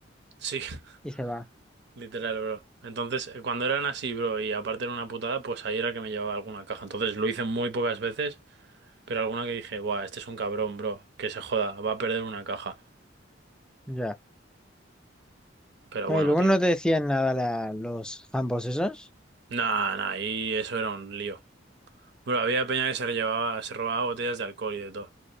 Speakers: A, on the right; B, in the centre.
A: Sí,
B: Y se va,
A: <laughs> literal, bro. Entonces, eh, cuando eran así, bro, y aparte era una putada, pues ahí era que me llevaba alguna caja. Entonces lo hice muy pocas veces, pero alguna que dije, buah, este es un cabrón, bro, que se joda, va a perder una caja.
B: ya.
A: Pero
B: No,
A: bueno,
B: y luego
A: tío.
B: no te decían nada la- los ambos esos.
A: Nah, nah, y eso era un lío. Bro, había peña que se llevaba, se robaba botellas de alcohol y de todo.